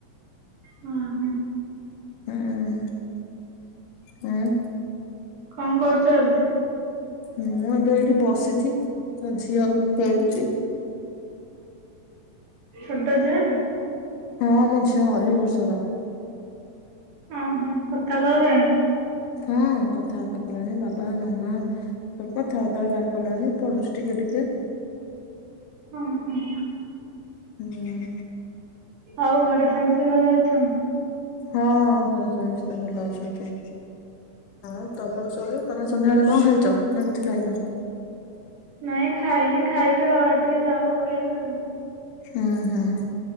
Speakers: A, on the right (about 65°); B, on the left (about 75°).
A: ଉଁ ହୁଁ।
B: ହୁଁ ହୁଁ।
A: କଣ କରୁଛ ଏବେ?
B: ମୁଁ ଏବେ ଏଠି ବସିଛି ମୋ ଝିଅ ଖେଳୁଛି।
A: ଛୋଟ ଝିଅଡେ।
B: ହଁ ମୋ ଝିଅ ଅଢ଼େଇ ବର୍ଷର।
A: ଉଁ ହୁଁ କଥା କହିଲାଣି।
B: ହଁ କଥାବାର୍ତ୍ତା କଲାଣି ବାବା ମାମା। ସବୁ କଥାବାର୍ତ୍ତା ହେକା କଲାଣି ପଢୁଛି ଟିକେ ଟିକେ।
A: ହୁଁ ହୁଁ।
B: ହୁଁ।
A: ଆଉ ଘରେ ସମସ୍ତେ ଭଲ ଅଛନ୍ତି?
B: ହଁ ଘରେ ସମସ୍ତେ ଭଲ ଅଛନ୍ତି। ହଁ ତମର ସବୁ ତମେ ସନ୍ଧ୍ୟାବେଳେ କଣ ଖାଇଛ ନା କିଛି ଖାଇନ।
A: ନାଇଁ ଖାଇନି ଖାଇବି ଆଉ ଆଉ ଟିକେ ଯାଉ ଖାଇବା ଆଉ।
B: ଉଁ ହୁଁ